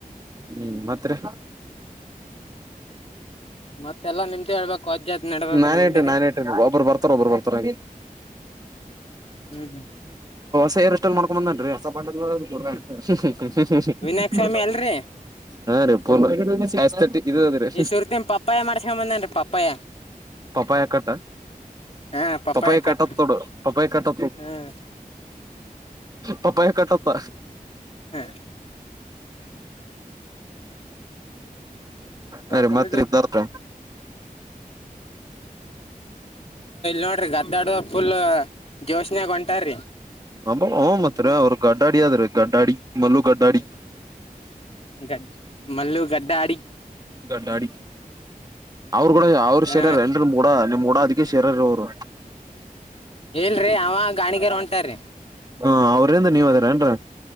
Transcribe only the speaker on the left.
ಮತ್ತೆಲ್ಲಾ ನಿಮ್ದೇ ಹೇಳ್ಬೇಕು ವಜ್ಜದ್ ನಡದದ್ರಿ
ನಮ್ದೇ
ಹ್ಮ್
ವಿನಾಯಕ್ ಸ್ವಾಮಿ ಅಲ್ರಿ
ಈ ಸುರ್ತಿನ್ ಪಪ್ಪಾಯ ಮಾಡ್ಸ್ಕೊಂಡ್ ಬಂದೇನ್ರಿ ಪಪ್ಪಾಯ
ಹ
ಕಟ್
ಹ್ಮ್
ಹಾ
ಕಾಲ
ನೋಡ್ರಿ ಗದ್ದಾಡು <unintelligible> ಫುಲ್ ಜೋಶ್ನ್ಯಾಗ ಹೊಂಟಾರ್ರಿ
ಗ ಮಲ್ಲು ಗದಡ ಆಡಿ
ಹ
ಇಲ್ರಿ ಅವ ಗಾಣಿಗರ್ ಹೊಂಟಾರ್ರಿ